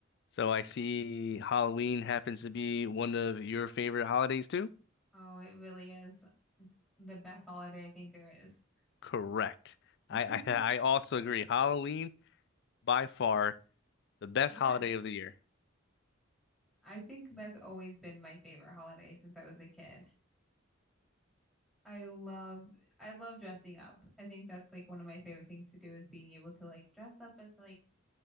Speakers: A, on the left; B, in the centre.
A: So I see Halloween happens to be one of your favorite holidays too?
B: Oh, it really is. It's the best holiday I think there is.
A: Correct.
B: <laughs>
A: I, I <laughs> I also agree. Halloween by far the best
B: The
A: holiday
B: best.
A: of the year.
B: I think that's always been my favorite holiday since I was a kid. I love I love dressing up. I think that's like one of my favorite things to do is being able to like dress up as like